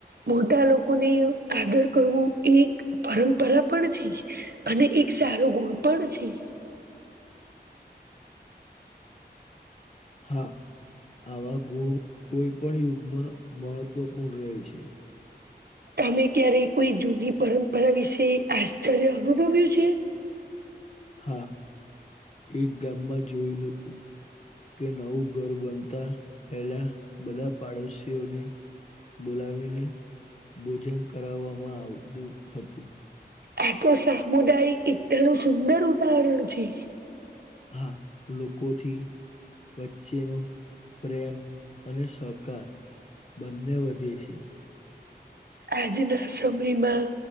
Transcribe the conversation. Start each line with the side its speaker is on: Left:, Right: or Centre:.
Right: મોટા લોકોને આદર કરવું એ પરંપરા પણ છે. અને એક સારો ગુણ પણ છે.
Left: હા આવા ગુણો કોઈ પણ યુગમાં મહત્વપૂર્ણ રહે છે.
Right: તમે ક્યારે કોઈ જૂની પરંપરા વિશે આશ્ચર્ય અનુભવ્યું છે.
Left: હા એક ગામમાં જોયું હતું. કે નવું ઘર બનતા પહેલા બધા પાડોશીઓને બોલાવીને ભોજન કરવામાં આવતું હતું.
Right: આ તો સામુદાયિક એકતા નુ સુંદર ઉદાહરણ છે.
Left: હા લોકોથી વચ્ચે નો પ્રેમ અને સહકાર બંને વધે છે.
Right: આજના સમયમાં